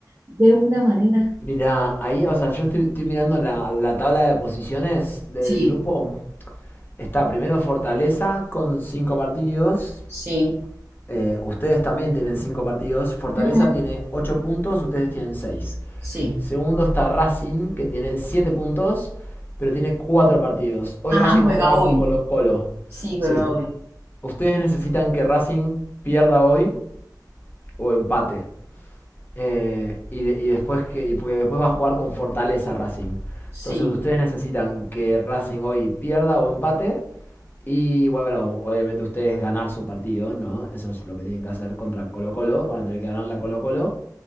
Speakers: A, on the right (about 30°); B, on the left (about 30°).
A: de una manera.
B: Mira, ahí, o sea, yo estoy, estoy mirando la, la tabla de posiciones del
A: Sí.
B: grupo. Está primero Fortaleza con 5 partidos.
A: Sí,
B: Eh, ustedes también tienen 5 partidos. Fortaleza
A: Ujú.
B: tiene 8 puntos, ustedes tienen 6.
A: sí.
B: Segundo está Racing, que tiene 7 puntos, pero tiene 4 partidos. Hoy
A: Ajá,
B: Racing
A: juega
B: juega
A: hoy.
B: con Colo Colo.
A: Sí,
B: Sí.
A: juega hoy.
B: Ustedes necesitan que Racing pierda hoy o empate. Eh, y, de- y después que, y porque después va a jugar con Fortaleza Racing. Entonces
A: Sí.
B: ustedes necesitan que Racing hoy pierda o empate. Y bueno, obviamente ustedes ganar su partido, ¿no? Eso es lo que tienen que hacer contra Colo Colo. Van a tener que ganar la Colo Colo.